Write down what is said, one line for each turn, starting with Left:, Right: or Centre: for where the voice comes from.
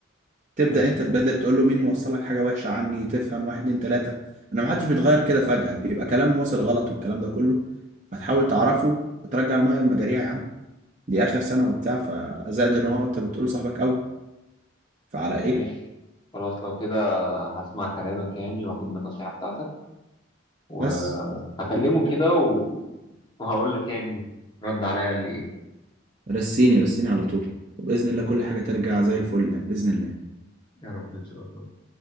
Right: تبدأ
Left: ماشي
Right: انت تبادر تقول له مين موصلك حاجة وحشة عني تفهم واحد اتنين تلاتة انا محدش بيتغير كده فجأة بيبقى كلام واصل غلط والكلام ده كله فتحاول تعرفه وترجع المية المجاريع يا عم دي آخر سنة وبتاع فزائد ان هو انت بتقول صاحبك قوي فعلى ايه
Left: ماشي خلاص لو كده هسمع كلامك يعني واخد من النصيحه بتاعتك وهكلمه
Right: بس
Left: كده و- وهقول لك يعني رد عليا قال لي ايه
Right: رسيني رسيني على طول وبإذن الله كل حاجة ترجع زي الفل يعني بإذن الله
Left: يا رب ان شاء الله